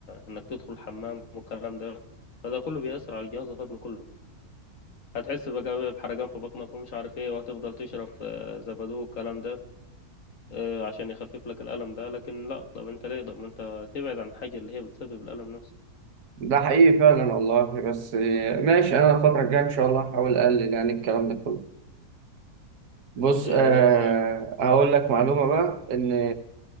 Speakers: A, on the left; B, on the right.
A: إنك تدخل الحمام والكلام ده فده كله بيأثر على الجهاز الهضمي كله هتحس بقى بحرقان في بطنك ومش عارف ايه وهتفضل تشرب آه، زبادو والكلام ده آه، عشان يخفف لك الألم ده لكن لا طب انت ليه طب ما انت تبعد عن الحاجة اللي هي بتسبب الألم نفسه
B: ده حقيقي فعلا والله بس آه، ماشي انا الفتره الجايه ان شاء الله هحاول اقلل يعني الكلام ده كله بص
A: آه،
B: آه
A: انت
B: هقول لك معلومه بقى ان